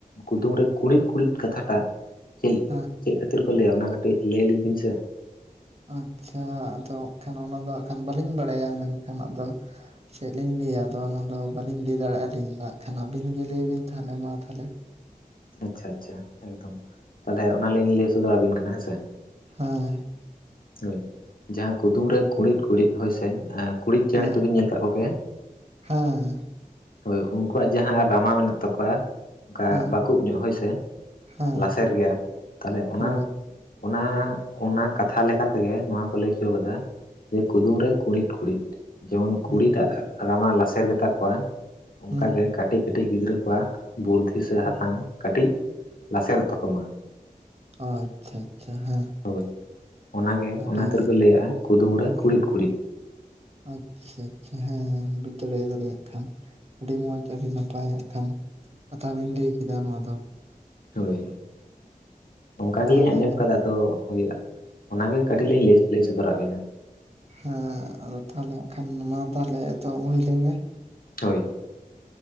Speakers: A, on the left (about 85°); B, on the right (about 45°).
A: ᱠᱩᱫᱩᱢ ᱨᱮ ᱠᱩᱬᱤᱫ ᱠᱩᱬᱤᱫ ᱠᱟᱛᱷᱟ ᱴᱟᱜ ᱪᱮᱜᱼᱼ
B: ᱦᱮᱸ
A: ᱪᱮᱜ ᱠᱷᱟᱹᱛᱤᱨ ᱠᱚ ᱞᱟᱹᱭᱟ ᱚᱱᱟ ᱠᱟᱹᱴᱤᱡ ᱞᱟᱹᱭ ᱞᱤᱧ ᱵᱤᱱ ᱥᱮ?
B: ᱟᱸᱪᱪᱷᱟ ᱟᱫᱚ ᱦᱟᱸᱜ ᱠᱷᱟᱱ ᱚᱱᱟ ᱫᱚ ᱦᱟᱸᱜ ᱠᱷᱟᱱ ᱵᱟᱞᱤᱧ ᱵᱟᱲᱟᱭᱟ ᱢᱮᱱᱠᱷᱟᱱ ᱟᱫᱚᱼᱼ ᱪᱮᱜ ᱞᱤᱧ ᱞᱟᱹᱭᱟ ᱟᱫᱚ ᱚᱱᱟ ᱫᱚ ᱵᱟᱞᱤᱧ ᱞᱟᱹᱭ ᱫᱟᱲᱮᱭᱟᱜ-ᱟ ᱟᱹᱞᱤᱧ ᱫᱚ ᱦᱟᱸᱜ ᱠᱷᱟᱱ ᱟᱵᱤᱱ ᱜᱮ ᱞᱟᱹᱭ ᱵᱤᱱ ᱛᱟᱦᱚᱞᱮ ᱢᱟ ᱛᱟᱦᱚᱞᱮ᱾
A: ᱟᱪᱪᱷᱟ ᱟᱪᱪᱷᱟ ᱮᱠᱫᱚᱢ ᱛᱟᱞᱦᱮ ᱚᱱᱟ ᱞᱤᱧ ᱞᱟᱹᱭ ᱥᱚᱫᱚᱨᱟ ᱵᱤᱱ ᱠᱟᱱᱟ ᱦᱮᱸ ᱥᱮ᱾
B: ᱦᱮᱸ᱾
A: ᱦᱳᱭ ᱡᱟᱦᱟᱸ ᱠᱩᱫᱩᱢ ᱨᱮ ᱠᱩᱬᱤᱫ ᱠᱩᱬᱤᱫ ᱦᱳᱭ ᱥᱮ ᱮᱸᱫᱼᱼ ᱠᱩᱬᱤᱫ ᱪᱮᱬᱮ
B: ᱦᱮᱸ
A: ᱛᱚ ᱵᱤᱱ ᱧᱮᱞ ᱠᱟᱜ ᱠᱚ ᱜᱮᱭᱟ?
B: ᱦᱮᱸ
A: ᱦᱳᱭ ᱩᱱᱠᱩᱣᱟᱜ ᱡᱟᱦᱟᱸ ᱨᱟᱢᱟ ᱢᱮᱱᱟᱜ ᱛᱟᱠᱚᱣᱟᱼᱼ ᱚᱱᱠᱟ
B: ᱦᱮᱸ
A: ᱵᱟᱠᱩᱵ ᱧᱚᱜ ᱦᱳᱭ ᱥᱮ
B: ᱦᱮᱸ
A: ᱞᱟᱥᱮᱨ ᱜᱮᱭᱟ᱾ ᱛᱟᱦᱚᱞᱮ ᱚᱱᱟ
B: ᱦᱳᱭ
A: ᱚᱱᱟ ᱚᱱᱟ ᱠᱟ ᱛᱷᱟ ᱞᱮᱠᱟ ᱞᱮᱠᱟ ᱛᱮᱜᱮ ᱱᱚᱣᱟ ᱠᱚ ᱞᱟᱹᱭ ᱦᱚᱪᱚ ᱠᱟᱫᱟ ᱡᱮ ᱠᱩᱫᱩᱢ ᱨᱮ ᱠᱩᱬᱤᱫ ᱠᱩᱬᱤᱫ᱾ ᱡᱮᱢᱚᱱ ᱠᱩᱲᱤᱫᱟᱜ
B: ᱦᱩᱸ
A: ᱨᱟᱢᱟ ᱞᱟᱥᱮᱨ ᱜᱮᱛᱟ ᱠᱚᱣᱟ ᱚᱱᱠᱟᱜᱮ
B: ᱦᱩᱸ
A: ᱠᱟᱹᱴᱤᱡ ᱠᱟᱹᱴᱤᱡ ᱜᱤᱫᱽᱨᱟᱹ ᱠᱚᱣᱟᱜ ᱵᱩᱨᱫᱷᱤ ᱥᱮ
B: ᱦᱩᱸ
A: ᱦᱟᱛᱟᱝ ᱠᱟᱹᱴᱤᱡ ᱞᱟᱥᱮᱨᱚᱜ ᱛᱟᱠᱚᱢᱟ᱾
B: ᱟᱪᱪᱷᱟ ᱟᱪᱪᱷᱟ ᱦᱮᱸ᱾
A: ᱦᱳᱭ ᱚᱱᱟᱜᱮ
B: ᱟᱹᱰᱤ
A: ᱚᱱᱟ ᱛᱮᱨᱮ ᱠᱚ ᱞᱟᱹᱭᱟᱜᱼᱟ ᱠᱩᱫᱩᱢ ᱨᱮ ᱠᱩᱬᱤᱫ
B: ᱦᱮᱸ
A: ᱠᱩᱬᱤᱫ᱾
B: ᱟᱪᱪᱷᱟ ᱟᱪᱪᱷᱟ ᱦᱮᱸᱦᱮᱸ ᱵᱩᱡᱽ ᱫᱟᱲᱮᱭᱟᱫᱟ ᱞᱤᱧ ᱦᱟᱹᱜ ᱠᱷᱟᱱ᱾ ᱟᱹᱰᱤ ᱢᱚᱸᱡᱽ ᱟᱹᱰᱤ ᱱᱟᱯᱟᱭᱟᱜ ᱠᱟᱱ ᱠᱟᱛᱷᱟ ᱵᱤᱱ ᱞᱟᱹᱭ ᱠᱮᱫᱟ ᱱᱚᱣᱟ ᱫᱚ᱾
A: ᱦᱳᱭ ᱚᱱᱠᱟ
B: ᱛᱟᱦᱚᱞᱮ
A: ᱜᱮᱞᱤᱧ ᱟᱸᱡᱚᱢ
B: ᱦᱮᱸ
A: ᱠᱟᱫᱟ ᱛᱚ ᱦᱳᱭᱳᱜᱼᱟ᱾ ᱚᱱᱟ ᱜᱮ ᱠᱟᱹᱴᱤᱡ ᱞᱤᱧ ᱞᱮ ᱞᱮᱭ ᱥᱚᱫᱚᱨᱟᱜ ᱵᱤᱱᱟ᱾
B: ᱦᱮᱸ ᱟᱫᱚ ᱛᱟᱦᱚᱞᱮ ᱠᱷᱟᱱ ᱢᱟ ᱛᱟᱦᱚᱞᱮ ᱮᱛᱚᱦᱚᱵ ᱦᱳᱭ ᱞᱮᱱ ᱜᱮ᱾
A: ᱦᱳᱭ